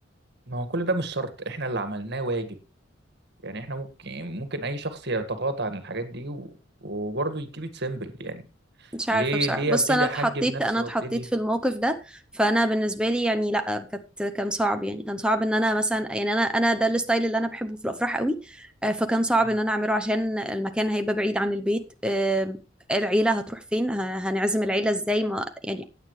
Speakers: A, on the right; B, in the centre.
A: ما هو كل ده مش شرط احنا اللي عملناه واجب يعني احنا ممكن ممكن اي شخص يتغاضى عن الحاجات دي و... وبرضه يكيب ات سيمبل يعني
B: مش
A: ليه
B: عارفة بصراحة
A: ليه
B: بص
A: ابتدي
B: انا اتحطيت
A: احجب نفسي
B: انا اتحطيت
A: وابتدي
B: في الموقف ده فانا بالنسبة لي يعني لا كانت كان صعب يعني كان صعب ان انا مثلا يعني انا انا ده الستايل اللي انا بحبه في الافراح قوي آه، فكان صعب
A: مم.
B: ان انا اعمله عشان المكان هيبقى بعيد عن البيت آه، العيلة هتروح فين ه- هنعزم العيلة ازاي ما يعني